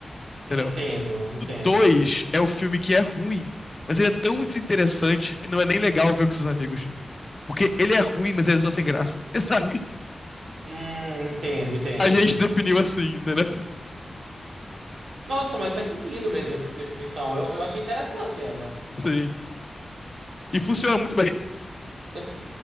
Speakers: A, on the right; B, on the left.
A: Entendo,
B: entendeu?
A: entendo.
B: O dois é o filme que é ruim, mas ele é tão desinteressante que não é nem legal ver com seus amigos. Porque ele é ruim, mas ele é só sem graça. <laughs> Sabe?
A: Hum, entendo, entendo.
B: A gente definiu assim, entendeu?
A: Nossa, mas faz sentido mesmo esse tipo de definição. Eu, eu achei interessante ela.
B: Sim. E funciona muito bem.
A: <laughs>